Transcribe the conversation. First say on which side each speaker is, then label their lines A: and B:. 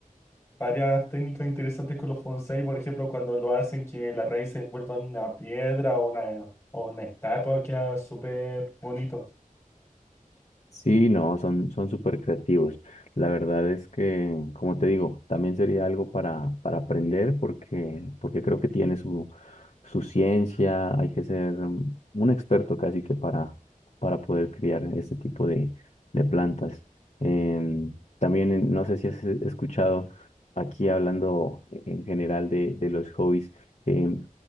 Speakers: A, on the left; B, on the left.
A: varias técnicas interesantes con los fonsei, por ejemplo, cuando lo hacen que la raíz se envuelva en una piedra o una, o una estatua, queda súper bonito.
B: Sí, no, son, son súper creativos. La verdad es que, como te digo, también sería algo para, para aprender porque, porque creo que tiene su, su ciencia. Hay que ser mm, un experto casi que para, para poder criar este tipo de, de plantas. Em, también, en- no sé si has eh, escuchado aquí hablando eh, en general de, de los hobbies. em,